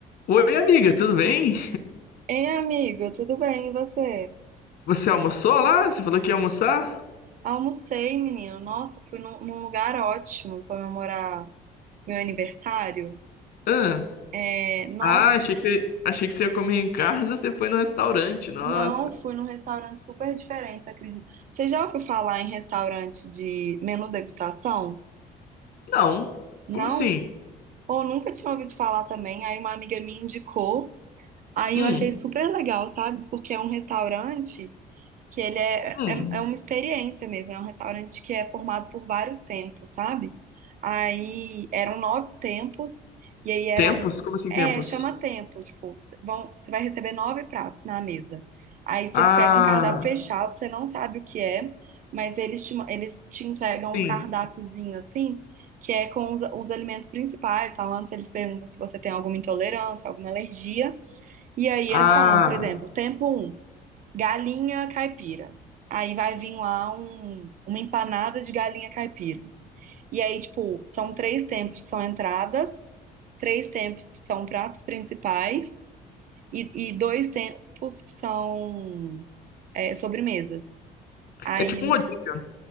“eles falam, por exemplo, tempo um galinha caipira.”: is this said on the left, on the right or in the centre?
Right